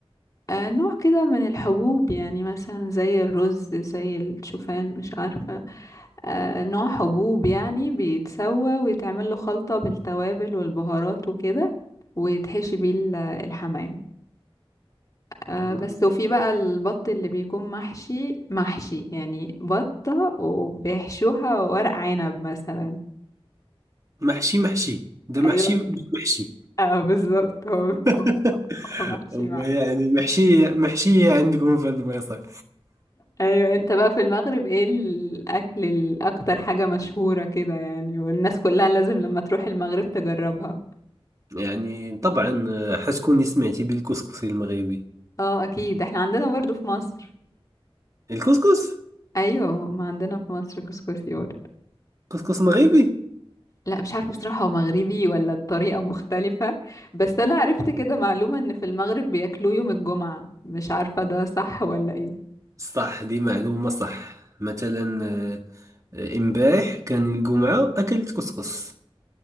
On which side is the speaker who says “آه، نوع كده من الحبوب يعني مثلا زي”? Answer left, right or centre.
Left